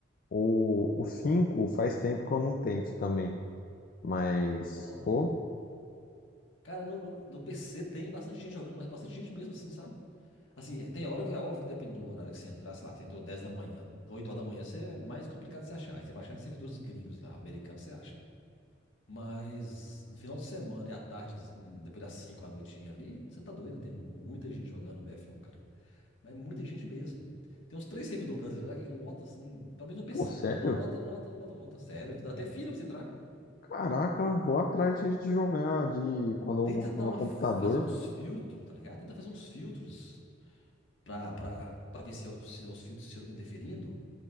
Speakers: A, on the left; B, on the left.
A: O, o 5 faz tempo que eu não tento também. Mas,
B: Não,
A: pô,
B: Cara, no, no, no PC tem bastante gente jogando, mas bastante gente mesmo, assim, sabe? Assim, é, tem hora que é óbvio que depende do horário que você entrar, sei lá, você entrou 10 da manhã, 8 horas da manhã, você é mais complicado de você achar. Aí você vai achar em servidores gringos lá, americanos, você acha. Mas no final de semana e à tarde, assim, depois das 5 à noitinha ali, você tá doido, tem muita gente jogando bf um cara. Mas é muita gente mesmo. Tem uns três servidores brasileiros lá que lota, assim, pelo menos no PC,
A: pô, sério?
B: né? Mas lota, lota, lota, lota. Sério, dá até fila pra você entrar.
A: Caraca, vou atrás de, de jogar de quando eu
B: Tenta
A: montar
B: dar
A: meu
B: uma,
A: computador.
B: fazer uns filtros, tá ligado? Tenta fazer uns filtros pra, pra, pra ver se, é o- se é os fios do Ciro estão interferindo.